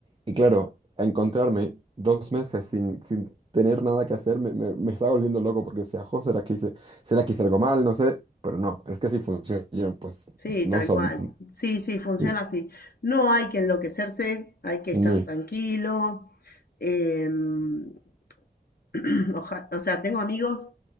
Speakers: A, on the right (about 35°); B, on the left (about 75°).
A: y claro, encontrarme dos meses sin, sin tener nada que hacer me, me, me estaba volviendo loco porque decía, jo, ¿será que hice, será que hice algo mal? No sé, pero no, es que así funciona, yo, pues
B: Sí,
A: no
B: tal
A: son,
B: cual. Sí, sí, funciona
A: sí,
B: así. No hay que enloquecerse, hay que estar
A: sí,
B: tranquilo. em, <clears throat> oja- o sea, tengo amigos